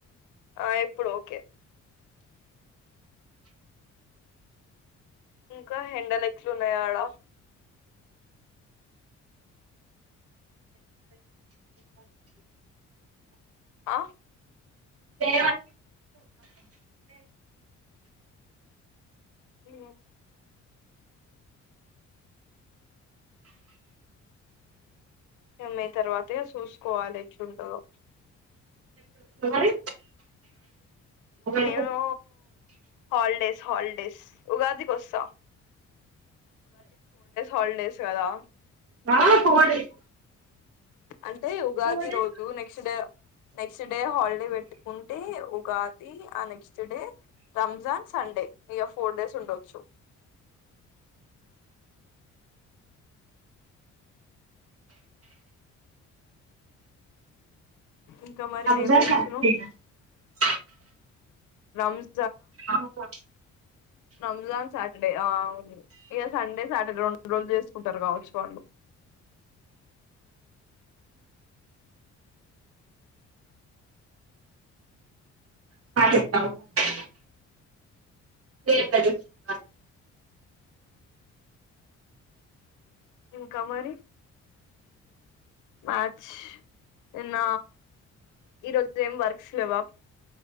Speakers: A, on the left; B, on the right.
A: ఆ ఇప్పుడు ఓకే ఇంకా ఎండల్ ఎట్లునయ్ ఆడ ఆ
B: ఇ
A: ఉ ఎమఐ తర్వాతే చూసుకోవాలిచ్చుండదు
B: మరి అరి
A: నేను హాలిడేస్ హాలిడేస్ ఉగాది కోస్తా హాలిడేస్ కదా
B: ఆ ఫోర్ డేస్
A: అంటే ఉగాది
B: ఫోర్ డేస్
A: రోజు next day next day holiday పెట్టుకుంటే ఉ గాది ఆ నెక్స్ట్ డే రంజాన్ సండే ఇక ఫోర్ డేస్ ఉండొచ్చు ఇంకా మరి
B: రంజాన్
A: ఏం చేస్తున్నావ్
B: కా <inaudible>
A: రంజ్
B: ఆపు పో
A: రంజాన్ సాటర్డే అవును ఇక సండే సాటర్డే రెండు రోజులు చేసుకుంటారు కావచ్చు వాళ్ళు
B: <inaudible> రంజాన్
A: ఇంకా మరి మాథ్స్నిన్న ఈరోజు ఏం వర్క్స్ లేవా